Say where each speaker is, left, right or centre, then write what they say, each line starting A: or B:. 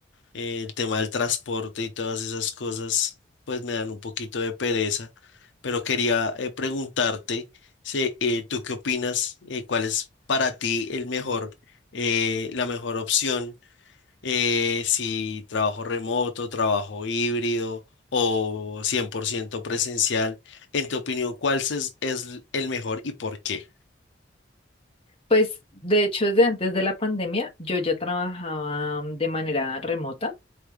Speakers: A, on the left; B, on the left.
A: eh, el tema del transporte y todas esas cosas, pues me dan un poquito de pereza, pero quería eh, preguntarte, si, eh, ¿tú qué opinas? eh, ¿cuál es para ti el mejor, eh, la mejor opción? eh, si trabajo remoto, trabajo híbrido o 100% presencial, en tu opinión, ¿cuál es, es el mejor y por qué?
B: Pues de hecho, desde antes de la pandemia, yo ya trabajaba mm, de manera remota